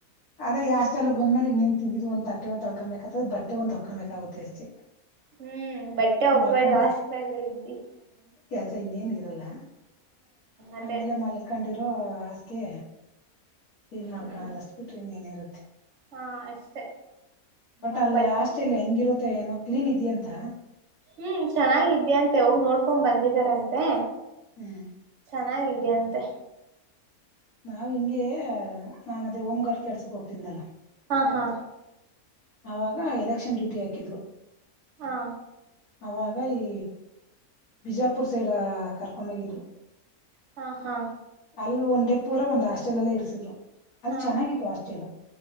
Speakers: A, on the left (about 75°); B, on the right (about 55°).
A: ಅದೇ ಯಷ್ಟೆಲ್ಲ ಬಂದ್ಮೇಲೆ ಇನ್ನೇನ್ ತಿಂದಿದ್ ಒಂದ ತಟ್ಟೆ ಒಂದ ತೊಳ್ಕೊಂಬಬೇಕಕ್ತದ ಬಟ್ಟೆ ಒಂದ್ಕೊಬೇಕಾಗುತ್ತೆ ಅಷ್ಟೇ
B: ಹ್ಮ್ ಬಟ್ಟೆ ಹೊಕ್ಕೊಳ್ಳಿ
A: ಮಲ್ಕೊಂಡು
B: ಹಾಸ್ಪಲ್ಲ ಇದ್ದ
A: ಸ್ ಇನ್ನ್ ಏನ್ ಇರಲ್ಲ
B: ಅದೇ
A: ಆಮೇಲೆ ಮಲ್ಕೊಂಡಿರೋ ಹಾಸ್ಕೆ ಕ್ಲೀನ್ ಮಾಡ್ಕಣದ
B: ಹ್ಮ್
A: ಅಷ್ಟ ಬಿಟ್ರೆ ಇನ್ ಎನ್ ಇರತ್ತೆ.
B: ಹಾ ಅಷ್ಟೇ
A: ಬಟ್
B: ಅವ್ರ
A: ಅಲ್ಲೇ
B: ಬಟ್ಟೆ
A: ಹಾಸ್ಟೆಲ್ ಹೆಂಗಿರುತ್ತೊ ಏನೋ ಕ್ಲೀನ್ ಇದ್ಯಾಂತ.
B: ಹ್ಮ್ ಚೆನ್ನಾಗಿದ್ಯಂತೆ ಹೋಗ್ ನೋಡ್ಕೊಂಡ್ ಬಂದಿದಾರಂತೆ.
A: ಹ್ಮ್
B: ಚೆನ್ನಾಗಿದ್ಯಂತೆ.
A: ನಾವು ಹಿಂಗೆ ನಾನ್ ಅದೇ ಹೋಮ್ ಗರ್ಕ್ ಕೆಲಸಕ್ ಹೋಗ್ತಿದನಲ್ಲ.
B: ಹಾ ಹಾ
A: ಅವಾಗ ಎಲೆಕ್ಷನ್ ಡ್ಯೂಟಿ ಹಾಕಿದ್ರು.
B: ಹಾ
A: ಅವಾಗ ಈ ಬಿಜಾಪುರ್ ಸೈಡ್ ಕರ್ಕೊಂಡೋಗಿದ್ರು.
B: ಹಾ ಹಾ
A: ಅಲ್ ಒಂಡೇ ಪೂರ ಒಂದ್ ಹಾಸ್ಟೆಲ್ ಅಲ್ಲೇ ಇರಿಸಿದ್ರು ಅಲ್
B: ಹಾ
A: ಚೆನ್ನಾಗಿತ್ತು
B: ಹಾ
A: ಹಾಸ್ಟಿಲ